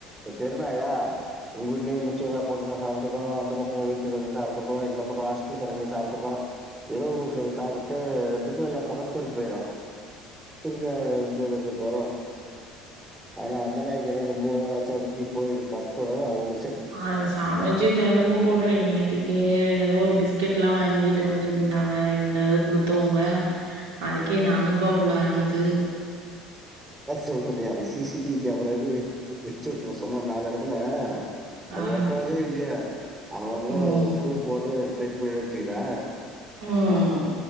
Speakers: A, on the right; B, on the right.
A: தெருணாயா உங்க வீட்லயு மிச்சோ ஏதா போட்டீங்னா சாப் அந்த பக்கோ ஒரு வீட்ல இருக்கிறவங்க சாப்பிட்டப்போ இந்த பக்கோ ஹாஸ்டல இருக்கிறவங்க சாப்பிட்டப்போ எதோ வூட்ல போய் சாப்பிட்டு எந்துக் எல்லா பக் தெருப்பேரா <unintelligible> ஜுரோ ஆனா அந்த நாய் என்னா மூணு வேல <unintelligible> பத்து நாளா அவனு
B: ஆஹ் சமச்சி தெனமும் போட்ற இன்நேத்திக்கே ஏதோ ஒரு பிஸ்கெட்லாம் வாங்கிட்டு வந்து தின்னாங்க இன்னதோ குடுத்தவங்க அதுக்கே
A: ம்
B: நானூறு ரூபா போல ஆனது
A: சொல்றதே அது சிசிடிவி கேமராவே வெச்சு விட்றுவே சும்மாவே நாலு எடத்துல, அது
B: ஆ,
A: ஒர்க்காவுதோ இல்லையோ அங்கங்க
B: ம்,
A: வருது ஸ்கூல் போட்டு <unintelligible> பண்ணி விட்டீங்ளா
B: ம்